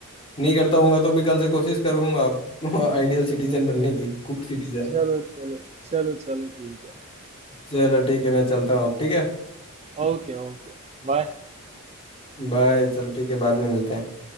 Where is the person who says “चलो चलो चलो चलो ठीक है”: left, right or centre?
Right